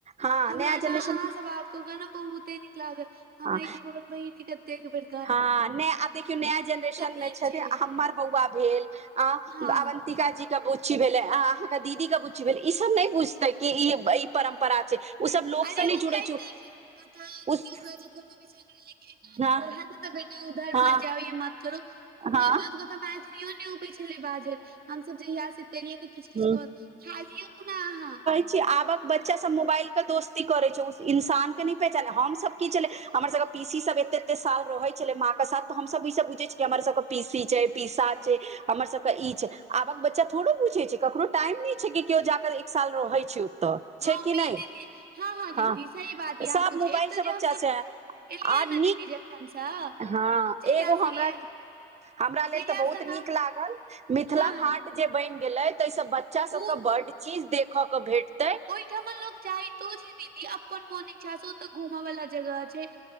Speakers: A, on the right; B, on the right.
A: हँ
B: हमरा
A: नया जेनरेशन
B: न अहाँ
A: के
B: स बात कऽ केँ न बहुते नीक लागल हमरा
A: हँ
B: ई जी अपन बहिन कें कते बे
A: हँ नै आ नया जेनरेशन
B: नीक
A: मे छथि
B: छै
A: हमर बौआ भेल आ
B: हँ
A: अवन्तिका जी के बुच्छी भेलै अहाँके दीदी के गुच्छी भेल ई सब न नहि बुझते कि ई ई परम्परा छै ओ सब लोक
B: अरे
A: से नहि
B: ओ
A: जुड़ै
B: कहि दै छै पता ह दीदी
A: उस
B: ओकरा जे कोनो भी झगड़ा एना
A: हँ
B: ज रह ह <unintelligible> बै उधार
A: हँ
B: म जाउ मात करो बात
A: हँ
B: मैथिलियो ने उपै छलै बाजल हमस जहियास तहिएस किछ
A: ह
B: किछ कर खा लियौ ने अहाँ
A: जे आबक बच्चा सब मोबाइल के दोस्ती करे छै उ इंसान के न पहचाने हम सब की छले हमर सबके पीसी सब एते एते साल रहै छलै माँ के साथ तऽ हमसभ ई सब बुझै छियै हमर सब पीसी छै पीसा छै हमर सब के ई छै आबक बच्चा थोड़ो पूछे छै ककरो टाइम नहि छै कि केओ जाकऽ एक साल रहै छै ओतऽ
B: मम्मी
A: छै कि नहि
B: दीदी दीदी
A: हँ
B: सही बात य अहाँ
A: सब
B: कुछ
A: मोबाइल
B: एतऽ
A: से
B: जे
A: बच्चा
B: हमसब
A: से आ
B: एलियै
A: नीक
B: ने दीदी जखनसँ
A: हँ
B: जहिया
A: एगो
B: से
A: हमरा।
B: एलियै
A: हमरा लेल
B: तहिया
A: तऽ बहुत
B: से
A: नीक
B: ने
A: लागल मिथिला
B: हँ
A: हाट।
B: हँ
A: जे बनि गेलैय ताहिसऽ बच्चा सब
B: ओ
A: के बड चीज देख क भेटतैय ‌।
B: कि उमहर लोग जाइतो छै दीदी अपन मोन इच्छा से ओ तऽ घुम वाला जगह छैय।